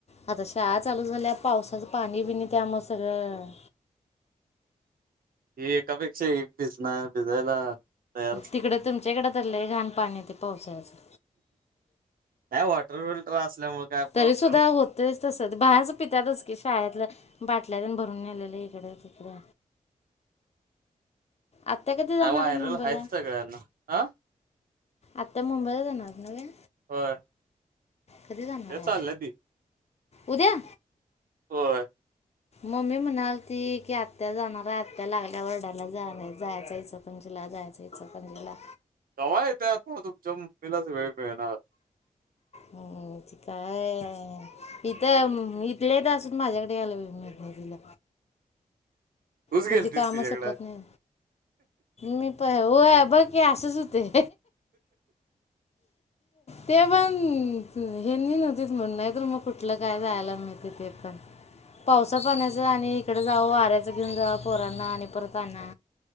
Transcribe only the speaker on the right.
एकापेक्षा एक भिजणार भिजायला. तयार
नाही वॉटर फिल्टर असल्यामुळे काय प्रॉब्लेम.
नाही व्हायरल
आहेच सगळ्यांना हा
होय.
ते
चाललंय ती
होय.
कवा येत्यात तुमच्या मम्मीलाच वेळ मिळना.
तूच
गेलतीस
तिच्याकडे